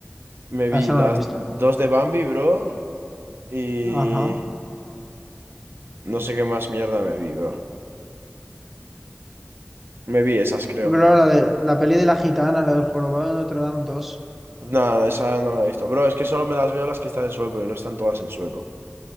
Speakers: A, on the right (about 60°); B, in the centre.
A: Me
B: Ah,
A: vi
B: esa
A: las
B: no la he visto.
A: dos de Bambi, bro. Y.
B: Ajá.
A: No sé qué más mierda me vi, bro. Me vi esas, creo.
B: Bro, la de la peli de la gitana, la del jorobado de Notre Dame dos.
A: Nada, esa no me la he visto. Bro, es que solo me las veo las que están en sueco y no están todas en sueco.